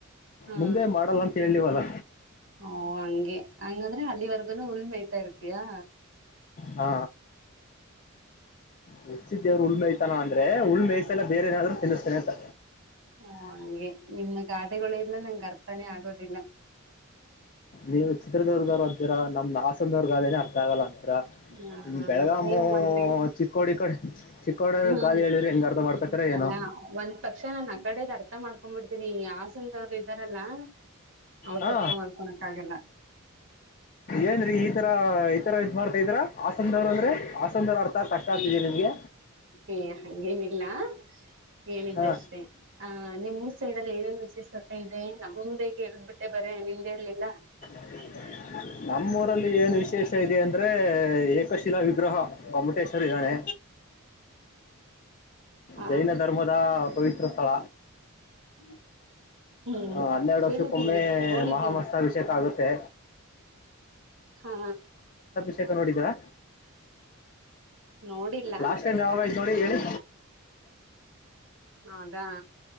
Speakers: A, on the right; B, on the left.
A: ಹ್ಮ
B: ಮುಂದೆ ಮಾಡಲ್ಲ ಅಂತ ಹೇಳಿವಲ್ಲ
A: ಓ ಹಂಗೆ. ಹಂಗಂದ್ರೆ ಅಲ್ಲಿವರ್ಗನು ಹುಲ್ ಮೇಯತಾ ಇರ್ತಿಯಾ.
B: ಹಾ. ಹುಟ್ಟಸಿದ್ ದೇವ್ರ ಹುಲ್ಲ ಮೇಯ್ತಾನ ಅಂದ್ರೆ ಹುಲ್ಲ ಮೆಯ್ಸಲ್ಲ ಬೇರೆ ಏನಾದ್ರು ತಿನ್ನಸ್ತಾನೆ ಅಂತ.
A: ಹಾ ಹಂಗೆ ನಿಮ್ಮ ಗಾದೆಗಳು ಎಲ್ಲ ನಂಗ ಅರ್ಥಾನೆ ಆಗೋದಿಲ್ಲ.
B: ನೀವು ಚಿತ್ರದುರ್ಗ ದವ್ರ ಅಂತಿರಾ ನಮ್ದ ಹಾಸನ ದವ್ರ ಗಾದೆನೆ ಅರ್ಥ ಆಗಲ್ಲ. ರಾ
A: ಹ್ಮ್
B: ಇನ್ನ ಬೆಳಗಾಮು
A: ನೀವು ಮೊದ್ಲೇ
B: ಚಿಕ್ಕೋಡಿ ಕಡೆ ಚಿಕ್ಕೋಡಿ
A: ಹ್ಮ್
B: ಗಾದೆ ಹೇಳಿದ್ರೆ ಹೆಂಗ್ ಅರ್ಥ ಮಾಡ್ಕೊತೀರ ಏನೋ
A: ಅಲ್ಲಾ ಒಂದ್ ಪಕ್ಷ ನನ್ ಆ ಕಡೆದ ಅರ್ತ ತ ಮಾಡ್ಕೊ ಬಿಡ್ತೀನಿ ಹಾಸನ ದವ್ರ ಇದಾರಲ್ಲಾ ಅವ್ರದ
B: ಹಾ
A: ಅರ್ಥ ಮಾಡ್ಕೊಳಕ್ ಆಗಲ್ಲ.
B: ಏನ್ರಿ ಈ ತರ ಈ ತರ ಇದ್ ಮಾಡ್ತಾ ಇದೀರಾ ಹಾಸನ ದವ್ರ ಅಂದ್ರೆ ಹಾಸನ ದವ್ರ ಅರ್ತ ಸರ್ ಕಷ್ಟ ಆಗ್ತಿದೆಯಾ ನಿಮ್ಗೆ.
A: ಏ ಹಂಗೆನಿಲ್ಲ ಹೇಳಿದ್ದಷ್ಟೇ
B: ಹಾ
A: ಆ ನಿಮ್ಮ್ ಊರ್ ಸೈಡ್ ಅಲ್ಲಿ ಏನೇನ ವಿಶೇಷತೆ ಇದೆ ನಮ್ಮ ಮುಂದೆ ಕೇಳದ್ಬಿಟ್ಟೆ ಬರೇ ನಿಂದ ಹೇಳಿಲ್ಲಾ.
B: <unintelligible> ನಮ್ಮೂರಲ್ಲಿ ಏನು ವಿಶೇಷ ಇದೆ ಅಂದ್ರೆ ಏಕಶಿಲಾ ವಿಗ್ರಹ ಗೊಮ್ಮಟೇಶ್ವರ ಇದಾನೆ.
A: ಆ
B: ಜೈನ ಧರ್ಮದ ಪವಿತ್ರ ಸ್ಥಳ.
A: <unintelligible> ಹ್ಮ್
B: ಆ, ಹನ್ನೆರಡು
A: ಕೇಳಿದ್ದೀನೀ
B: ವರ್ಷಕ್ಕೊಮ್ಮೆ
A: ನೋಡಿದ್ದೀನೀ.
B: ಮಹಾಮಸ್ತಾಭಿಷೇಕ ಆಗುತ್ತೆ
A: ಹಾ
B: <unintelligible> ನೋಡಿದೀರಾ.
A: ನೋಡಿಲ್ಲ
B: ಲಾಸ್ಟ್ ಟೈಮ್ ಯಾವಾಗ ಆಯ್ತ್ ನೋಡಿ ಹೇಳಿ.
A: ಹ ಅದಾ.